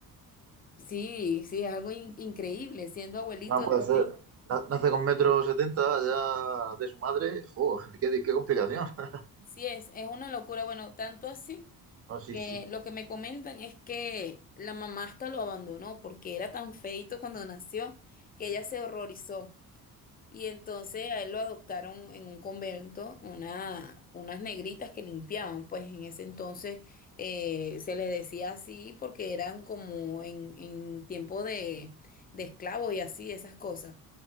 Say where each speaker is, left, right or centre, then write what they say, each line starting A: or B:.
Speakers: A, on the left; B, on the right.
A: Sí, sí, es algo in- increíble siendo abuelito.
B: no puede
A: de-
B: ser. Na- Nace con metro setenta ya de su madre. Joder, qué, qué complicación. <laughs>
A: Sí, es, es una locura. Bueno, tanto así
B: Ah, sí,
A: que
B: sí.
A: lo que me comentan es que la mamá hasta lo abandonó porque era tan feito cuando nació que ella se horrorizó. Y entonces a él lo adoptaron en un convento una, unas negritas que limpiaban, pues en ese entonces eh, se le decía así porque eran como en, en tiempo de, de esclavos y así, esas cosas.